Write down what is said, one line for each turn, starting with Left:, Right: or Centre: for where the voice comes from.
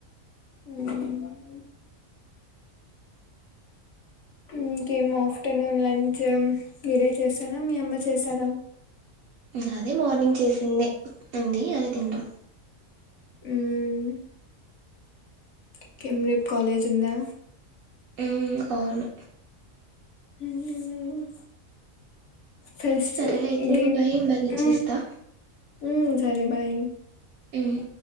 Left: ఉహ్మ్ ఇమ్ ఇంకేం ఆఫ్టర్నూన్ లంచు మీరే చేసరా మీ అమ్మ చేసరా
Right: మాది మార్నింగ్ చేసిందే ఉంది అదే తింటాం
Left: ఉమ్ ఇంకేం రేపు కాలెజ్ ఉందా
Right: ఉమ్ అవును
Left: ఉమ్ మ్ ఫస్ట్
Right: సరేలే అయితే
Left: ఇంకేం
Right: బాయ్ మళ్ళీ
Left: ఉం
Right: చేస్తా
Left: ఉ సరే బాయ్
Right: ఉమ్